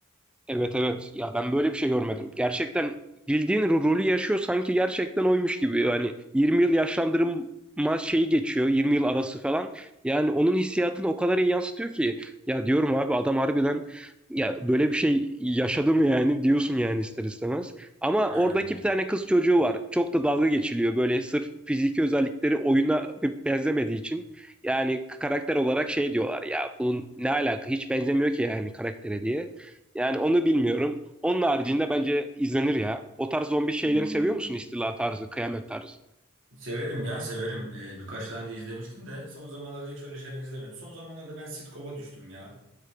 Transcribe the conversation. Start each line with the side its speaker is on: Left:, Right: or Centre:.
Centre: Evet evet. Ya ben böyle bir şey görmedim. Gerçekten bildiğin ro- rolü yaşıyor sanki gerçekten oymuş gibi. Yani 20 yıl yaşlandırma şeyi geçiyor. 20 yıl arası falan. Yani onun hissiyatını o kadar iyi yansıtıyor ki. Ya diyorum abi adam harbiden ya böyle bir şey yaşadı mı yani diyorsun yani ister istemez. Ama
Right: Aynen.
Centre: oradaki bir tane kız çocuğu var. Çok da dalga geçiliyor böyle sırf fiziki özellikleri oyuna be- benzemediği için. Yani karakter olarak şey diyorlar ya bunun ne alaka hiç benzemiyor ki yani karaktere diye. Yani onu bilmiyorum. Onun haricinde bence izlenir ya. O tarz zombi şeylerini
Right: Hmm.
Centre: seviyor musun? İstila tarzı, kıyamet tarzı.
Right: Severim ya severim. Ee, birkaç tane de izlemiştim de son zamanlarda hiç öyle şeyler izlemiyorum. Son zamanlarda ben sitcom'a düştüm ya.